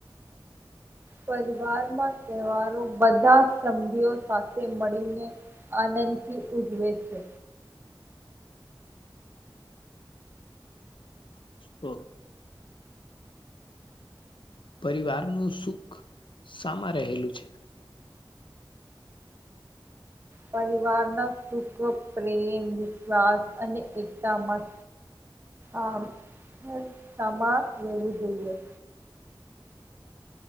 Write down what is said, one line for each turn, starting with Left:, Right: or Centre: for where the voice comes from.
Right: પરિવારમાં તહેવારો બધા સંભીઓ સાથે મળીને આનંદથી ઉજવે છે
Left: હમ પરિવાર નું સુખ સામા રહેલું છે
Right: પરિવારના સુખ, પ્રેમ, વિશ્વાસ અને એકતા મત આમ હેલ્થ આમા રહેેવું જોઈએ